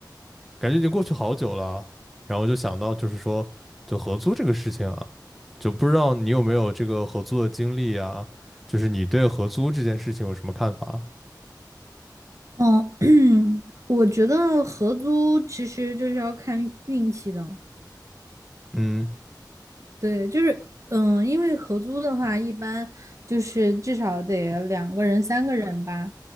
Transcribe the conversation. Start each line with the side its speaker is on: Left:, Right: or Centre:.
Centre: 感觉已经过去好久了，然后就想到就是说就合租这个事情啊，就不知道你有没有这个合租的经历啊，就是你对合租这件事情有什么看法？
Right: 哦，<clears throat> 我觉得合租其实就是要看运气的，
Centre: 嗯
Right: 对，就是嗯，因为合租的话，一般就是至少得两个人、三个人吧，